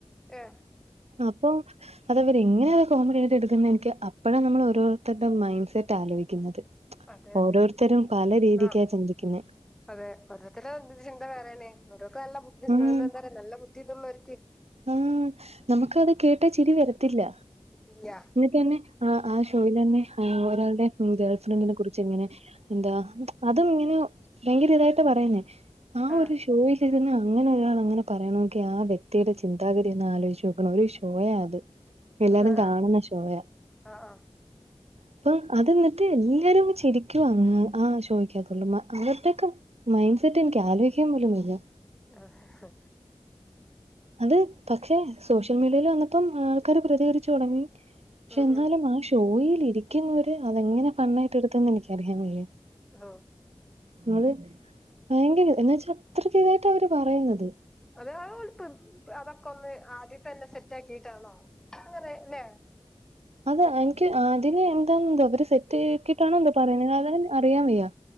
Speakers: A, in the centre; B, on the right.
A: ആഹ്
B: അപ്പൊ അത് ഇവര് ഇങ്ങനൊരു കോമഡിയായിട്ട് എടുക്കുന്നു എനിക്ക് അപ്പോഴാ നമ്മള് ഓരോരുത്തരുടെ മൈൻ സെറ്റ് ആലോചിക്കുന്നത്.
A: അതെ അതെ
B: ഓരോരുത്തരും പല രീതിക്കാ
A: ആ
B: ചിന്തിക്കുന്നെ.
A: അതെ ഓരോരുത്തരുടെ എന്തു ചിന്ത വേറെയാണ്, ഓരെയൊക്കെ നല്ല ബുദ്ധി
B: ഉം
A: നല്ലെന്റെ നല്ല ബുദ്ധി കിട്ടുന്ന ഒരുത്തി.
B: ആഹ് നമുക്ക് അത് കേട്ടാൽ ചിരി വരത്തില്ല
A: ഇല്ല
B: എന്നിട്ടന്നെ. ആഹ് ആഹ് ഷോയിൽ തന്നെ ഒരാളുടെ ഗേൾ ഫ്രണ്ടിനെ കുറിച്ച് എങ്ങനെ. എന്താ അതും ഇങ്ങനെ ഭയങ്കര ഇതായിട്ട് പറയുന്നേ ആഹ്
A: ആ
B: ഒരു ഷോയിൽ ഇരുന്ന്. അങ്ങനെ ഒരാള് അങ്ങനെ പറയണമെങ്കിൽ ആഹ് വ്യക്തിയുടെ ചിന്താഗതി ഒന്ന് ആലോചിച്ച് നോക്കണം ഒരു ഷോയാ അത്. എല്ലാരും
A: ആ
B: കാണുന്ന ഷോയാ.
A: ആ ആ ആ
B: അപ്പൊ അത് എന്നിട്ട് എല്ലാരും ചിരിക്കാണ്, ആഹ് ഷോയ്ക്ക് ഉള്ളമാ അകത്തേക്ക്. മൈൻഡ് സെറ്റ് എനിക്ക് ആലോചിക്കാൻ പോലും വയ്യാ.
A: ആഹ്
B: അത് പക്ഷെ സോഷ്യൽ മീഡിയയിൽ വന്നുമ്പോ ആൾക്കാരെ പ്രതികരിച്ച് തുടങ്ങി. പക്ഷെ
A: ഉം
B: എന്നാലും
A: ഉം
B: ആഹ് ഷോയിൽ ഇരിക്കുന്നവര് അതെങ്ങനെ ഫൺ ആയിട്ട് എടുത്തന്ന് എനിക്കറിയാൻ വയ്യ.
A: ആഹ്
B: നിങ്ങള് ഭയങ്കര ഇത് എന്നുവെച്ചാൽ അത്രക്ക് ഇതായിട്ട് അവര് പറയുന്നത്.
A: അത് അതോട്ടും അതൊക്കെ ഓര് ആദ്യ തന്നെ സെറ്റ് ആക്കിട്ടാണോ അങ്ങനെല്ലെ.
B: അത് എനിക്ക് ആദ്യമേ എന്താണ് എന്തോ അവര് സെറ്റ് ആക്കിട്ടാണ് എന്തോ പറയുന്ന അതുകാരണം അറിയാൻ വയ്യാ.